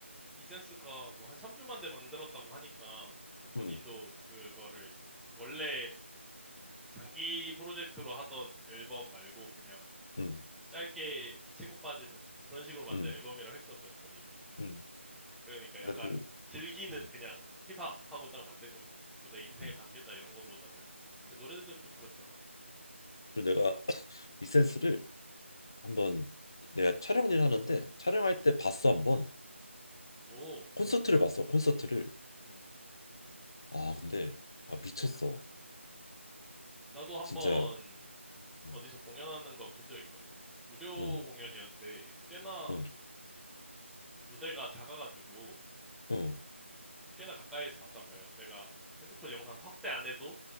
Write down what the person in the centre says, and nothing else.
이센스가 뭐 한 3주 만에 만들었다고 하니까 그 본인도
그거를 원래 장기 프로젝트로 하던 앨범 말고 그냥
짧게 치고 빠지는 그런 식으로 만든
앨범이라 했거든, 본인이.
그러니까 약간
즐기는
그냥 힙합하고 딱 만든 거지. 뭐 내 인생을
담겠다 이런 거보다는. 근데 노래들도 좀 그렇잖아.
오,
그랬구나.
음.
나도 한번
어디서 공연하는 거 본 적 있거든? 무료
공연이었는데 꽤나
무대가 작아가지고
꽤나 가까이에서 봤단 말이야. 내가 핸드폰 영상 확대 안 해도